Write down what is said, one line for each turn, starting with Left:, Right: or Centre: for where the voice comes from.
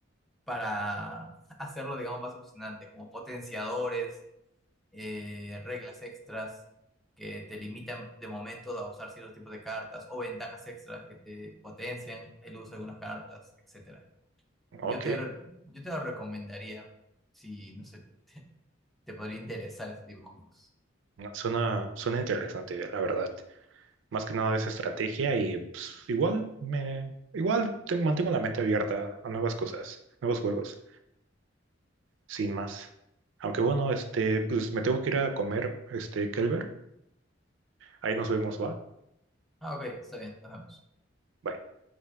Centre: para hacerlo, digamos, más emocionante, como potenciadores, eh, reglas extras que te limitan de momento a usar ciertos tipos de cartas o ventajas extras que te potencian el uso de algunas cartas, etcétera. Yo
Right: Ok,
Centre: te, yo te lo recomendaría si, no sé, te podría interesar ese tipo de juegos.
Right: suena, suena interesante, la verdad. Más que nada es estrategia y pues, igual me, igual te- mantengo la mente abierta a nuevas cosas, nuevos juegos. sin más. Aunque bueno, este, pues me tengo que ir a comer, este, Kelber. Ahí nos vemos, va.
Centre: Ah, ok, está bien, nos vemos.
Right: Bye.